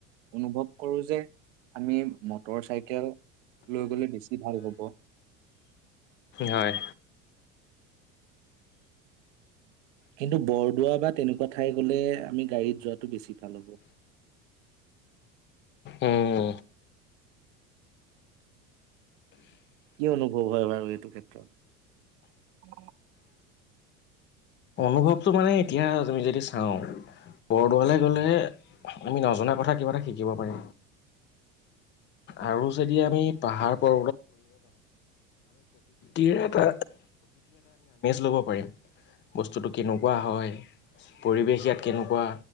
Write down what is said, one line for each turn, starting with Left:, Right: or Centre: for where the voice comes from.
Right: অনুভৱ কৰো যে। আমি মটৰ চাইকেল লৈ গলে বেছি ভাল হ'ব।
Left: হয়।
Right: কিন্তু বৰদোৱা বা তেনেকুৱা ঠাই গলে, আমি গাড়ীত যোৱাটো বেছি ভাল হ'ব।
Left: উম,
Right: কি অনুভৱ হয় বাৰু এইটো ক্ষেত্ৰত?
Left: অনুভৱটো মানে এতিয়া আমি যদি চাওঁ, বৰদোৱালৈ গ'লে আমি নজনা কথা কিবা এটা শিকিব পাৰি আৰু যদি আমি পাহাৰ। প্ৰ এৃৰ এটা ল পাৰিমস্তু কেনেকুৱা হয় পৰিৱেশ ইয়াত কেনেকুৱা